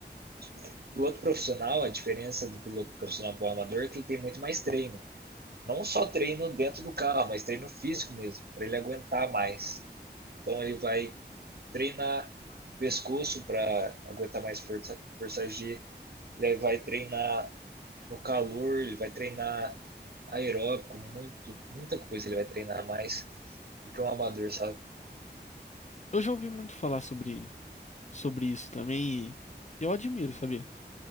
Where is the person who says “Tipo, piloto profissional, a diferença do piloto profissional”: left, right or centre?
Right